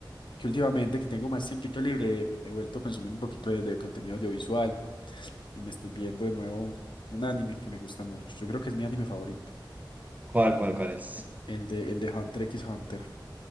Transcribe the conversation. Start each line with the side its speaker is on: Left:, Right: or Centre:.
Left: que últimamente que tengo más tiempito libre, he vuelto a consumir un poquito de, de contenido audiovisual y me estoy viendo de nuevo un anime que me gusta mucho. Yo creo que es mi anime favorito,
Right: ¿Cuál, cuál, cuál es?
Left: el de, el de Hunter x Hunter.